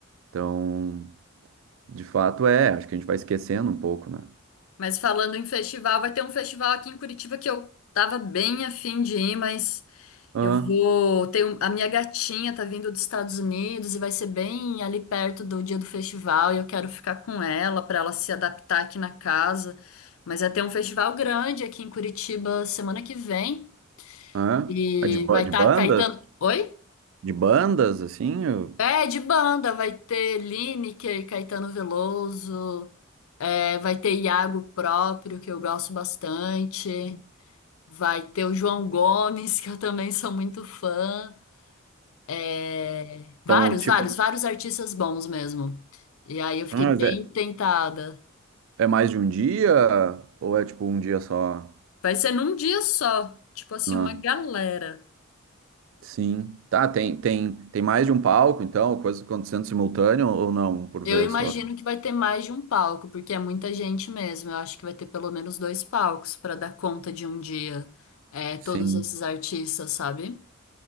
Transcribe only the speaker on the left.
Mas falando em festival, vai ter um festival aqui em Curitiba que eu tava bem afim de ir, mas.
Eu vou. Tenho, a minha gatinha tá vindo dos Estados Unidos e vai ser bem ali perto do dia do festival. E eu quero ficar com ela para ela se adaptar aqui na casa. Mas vai ter um festival grande aqui em Curitiba semana que vem.
E
vai
estar
Caetano. Oi?
É, de banda. Vai ter Lineker, Caetano Veloso. é, vai ter Iago próprio, que eu gosto bastante. Vai ter o João Gomes, <laughs> que eu também sou muito fã. É, vários,
vários, vários artistas bons mesmo. E aí eu fiquei
bem
tentada.
Vai ser num dia só, tipo assim,
uma galera.
Eu
imagino
que vai ter mais de um palco, porque é muita gente mesmo. Eu acho que vai ter pelo menos dois palcos para dar conta de um dia, é, todos
esses artistas, sabe?